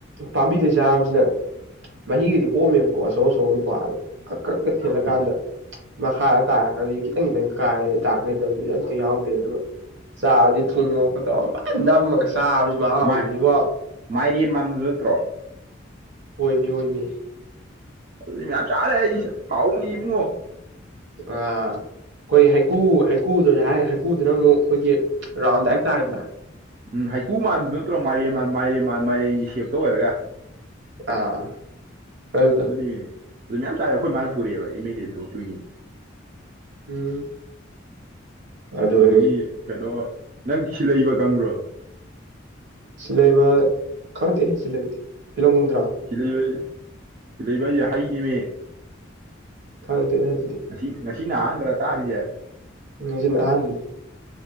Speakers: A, on the right (about 60°); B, on the right (about 40°).
A: ꯄꯥꯝꯕꯤꯗꯩ ꯆꯥꯕꯁꯤꯅ ꯃꯍꯤꯒꯗꯤ ꯍꯣꯝꯃꯦꯕꯀꯣ ꯑꯆꯧ ꯑꯆꯧꯕꯗꯨ ꯄꯜꯂꯒ ꯀꯛ ꯀꯛ ꯀꯛ ꯊꯤꯜꯂꯀꯥꯟꯗ
B: ꯎꯝ
A: ꯃꯈꯥꯗ ꯇꯥꯔꯒꯗꯤ ꯈꯤꯇꯪ ꯈꯤꯇꯪ ꯀꯥꯏ ꯗꯥꯛ ꯂꯩꯇꯕꯗꯨꯗꯤ ꯑꯝꯇ ꯌꯥꯎꯗꯦ ꯑꯗꯨꯒ ꯆꯥꯕꯗꯤ ꯊꯨꯝ ꯃꯣꯔꯣꯛꯒ ꯇꯧꯔꯒ ꯐꯟ ꯅꯝꯃꯒ ꯆꯥꯕꯁꯤ ꯃꯍꯥꯎꯁꯤꯗꯤꯕꯣ
B: ꯃꯥꯏ ꯃꯥꯏꯔꯦꯟ ꯃꯥꯟꯕꯗꯨ ꯅꯠꯇ꯭ꯔꯣ
A: ꯍꯣꯏ ꯃꯤ ꯍꯣꯏ ꯃꯤ
B: ꯑꯗꯨ ꯃꯌꯥꯝ ꯆꯥꯔꯦ ꯍꯥꯎꯕꯅꯤꯕꯨ
A: ꯑ ꯑꯩꯈꯣꯏꯒꯤ ꯍꯩꯀꯨ ꯍꯩꯀꯨꯗꯨ ꯍꯥꯏꯔꯒ ꯍꯩꯀꯨꯗꯨꯅ ꯑꯃꯨꯛ ꯑꯩꯈꯣꯏꯒꯤ ꯔꯥꯎꯟꯗꯥꯏ ꯇꯥꯏꯗꯅꯥ
B: ꯎꯝ ꯍꯩꯀꯨ ꯃꯥꯟꯕꯗꯨ ꯅꯠꯇ꯭ꯔꯣ ꯃꯥꯏꯔꯦꯟ ꯃꯥꯟ ꯃꯥꯏꯔꯦꯟ ꯃꯥꯟ ꯃꯥꯏꯔꯦꯟꯒꯤ ꯁꯦꯞꯇ ꯑꯣꯏꯔꯒ
A: ꯑꯥ ꯑꯗꯨꯗꯣ
B: ꯑꯗꯨꯅꯤꯅꯦ ꯑꯗꯨ ꯃꯌꯥꯝ ꯇꯥꯔꯦ ꯑꯩꯈꯣꯏ ꯃꯥꯅ ꯄꯨꯔꯛꯑꯦꯕ ꯑꯦꯝ ꯑꯦꯜ ꯑꯦꯗ ꯊꯕꯛ ꯁꯨꯏꯉꯤꯅꯤ
A: ꯎꯝ ꯑꯗꯨꯅꯤ
B: ꯑꯗꯒꯤ ꯀꯩꯅꯣ ꯅꯪ ꯁꯤꯜꯂꯩꯕ ꯈꯪꯕ꯭ꯔꯣ
A: ꯁꯤꯜꯂꯩꯕ ꯈꯪꯗꯦ ꯁꯤꯂꯩꯕꯗꯤ ꯐꯤꯂꯝꯒꯨꯝꯕꯗꯨꯔꯣ
B: ꯁꯤꯂꯩꯕ ꯁꯤꯂꯩꯕꯁꯦ ꯍꯩꯅꯦꯃꯦ
A: ꯈꯪꯗꯦ ꯑꯗꯨꯗꯤ
B: ꯉ ꯉꯁꯤꯅ ꯑꯍꯥꯟꯕꯔ ꯇꯥꯔꯤꯁꯦ
A: ꯉꯁꯤꯅ ꯑꯍꯥꯟꯕꯅꯤ